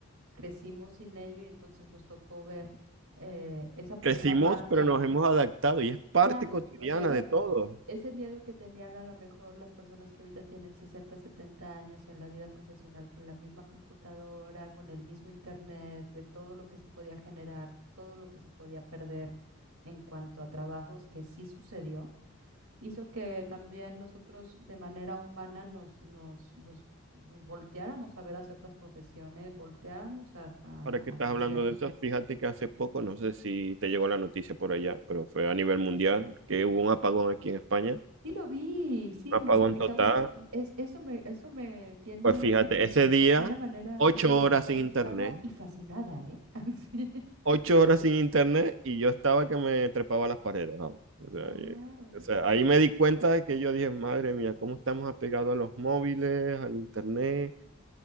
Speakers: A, on the right; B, on the right.
A: crecimos sin ello y entonces nos tocó ver eh, esa primera
B: Crecimos,
A: parte.
B: pero nos hemos adaptado y es parte
A: Claro,
B: cotidiana
A: o sea, esa,
B: de todo.
A: ese miedo que tenían a lo mejor las personas que ahorita tienen 60 70 años en la vida profesional con la misma computadora, con el mismo internet, de todo lo que se podía generar, todo lo que se podía perder en cuanto a trabajos, que sí sucedió, hizo que también nosotros de manera humana nos, nos, nos volteáramos a ver hacia otras profesiones, volteáramos a, a
B: Ahora
A: a-
B: que estás
A: a
B: hablando
A: hacer.
B: de eso, fíjate que hace poco, no sé si te llegó la noticia por allá, pero fue a nivel mundial que hubo un apagón aquí en España.
A: Sí lo vi, sí,
B: Un apagón
A: me, me
B: total
A: causa, es, eso me, eso me tiene
B: Pues fíjate, ese día,
A: de una manera
B: ocho horas sin
A: asustada
B: internet,
A: y fascinada, ¿eh? <laughs> Así.
B: ocho horas sin internet y yo estaba que me trepaba a las paredes, vamos. O
A: Claro.
B: sea, y- o sea, ahí me di cuenta de que yo dije, madre mía, cómo estamos apegados a los móviles, al internet,